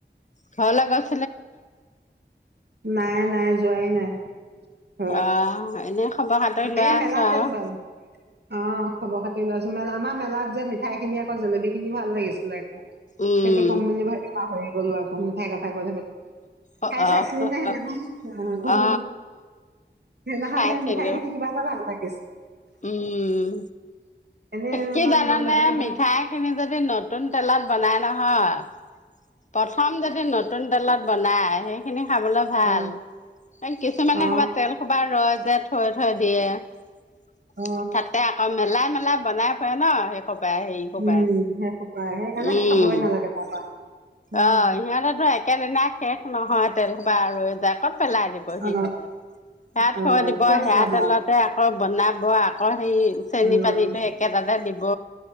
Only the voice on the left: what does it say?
খাবলে <unintelligible>
অ' এনে খবৰ সাদৰি
লৈ আছো
আও
উম
অ
অ
অ
অ
খাইছিলো
উম
কি
জানানে
নে?
মিঠাইখিনি যদি নতুন তেলত। বনাই নহয়। প্ৰথম যদি নতু নতুন তেলত বনায়, সেইখিনি খাবলৈ ভাল,
কিছুমানে
ক'বাত তেলসোবা ৰয় যে থৈ থৈ দিয়ে।
তাতে আকৌ মেলাই-মেলাই বনাই ফুৰে ন? সেই খুপাই, হেৰি খপাই,
উম।
অ' সিহঁতেতো একেদিনাই শেষ নহয় তেল সো সোপা আৰু ৰৈ যায়। ক'ত পেলাই দিব সিহঁতে,
সেয়া থৈ
দিব,
সেয়া তেলতে আকৌ বনাব আকৌ। সেই চেনিপানীটো
একেটাতে দিব। গ